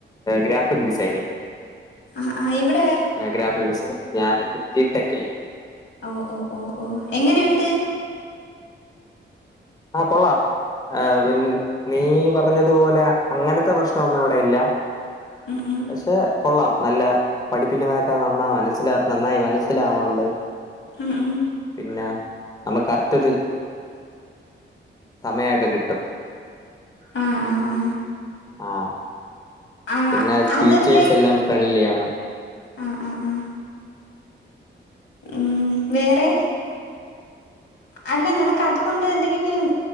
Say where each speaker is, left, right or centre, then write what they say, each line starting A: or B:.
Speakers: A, on the left; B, on the left.
A: ഗ്രാഫിക് ഡിസൈനിങ്
B: ആ ആ എവിടെ
A: ഗ്രാഫിക് ഡിസൈൻ ഞാൻ ജിടെക്കില്
B: ഓ ഓ ഓ ഓ, എങ്ങനെയുണ്ട്?
A: ആഹ, കൊള്ളാം. ആ, പി നീ പറഞ്ഞതുപോലെ അങ്ങനത്തെ പ്രശ്നൊന്നും അവിടെ ഇല്ല.
B: ഉം ഉം.
A: പക്ഷെ കൊള്ളാം. നല്ല പഠിപ്പിക്കുന്നതൊക്കെ നന്ന മനസ്സില നന്നായി മനസ്സിലാണണ്ട്.
B: ഉം ഉം
A: പിന്നെ നമ്മ കറക്ടൊരു... സമയമൊക്കെ കിട്ടും.
B: ആഹ ആ ആ.
A: ആഹ.
B: ആ
A: പിന്നെ
B: അത്
A: ടീച്ചേഴ്സ്
B: റിലേ
A: എല്ലാം ഫ്രണ്ട്ലി ആണ്.
B: ആ ആ ആ ഉം, വേറെ? അല്ല നിനക്ക് അതുകൊണ്ട് എന്തെങ്കിലും